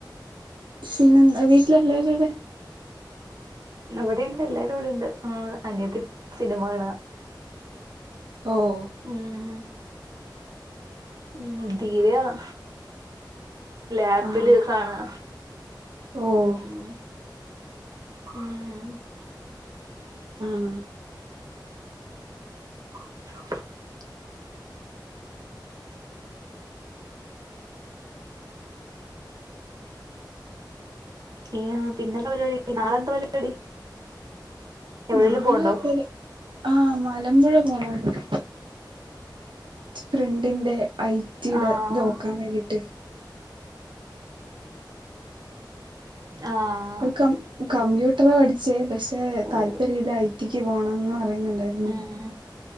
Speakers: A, on the right (about 85°); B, on the right (about 55°).
A: പിന്നെ എന്താ വീട്ടില എല്ലരും എവിടെ
B: ഇവിടെ ഇണ്ട് എല്ലാരും ഇവിടെണ്ട് ആഹ് അനിയത്തി സിനിമ കാണുക
A: ഓഹ്
B: ഉം ഉം ധീരയാണ് ലാപ്പില്
A: ആഹ്
B: കാണുക
A: ഓഹ്
B: ഉം ഉം ഉം
A: ആഹ്
B: <inaudible> ഈ പിന്നെന്താ പരിപാടി നാളെ എന്താ പരിപാടി എവിടെലും
A: നാളെ
B: പോവ്ണ്ടോ
A: ഒരു ആഹ് മലമ്പുഴ പോണരുന്നു ഫ്രണ്ടിന്റെ ഐ റ്റിടെ
B: ആഹ്
A: നോക്കാൻ വേണ്ടിട്ട്
B: ആഹ്
A: അവൾ കം കമ്പ്യൂട്ടറാ പഠിച്ചേ പക്ഷെ
B: ഓഹ്
A: താല്പര്യ ഇല്ല ഐ ടിക്ക് പോകണംന്ന് പറ ണണ്ടായി
B: ഉം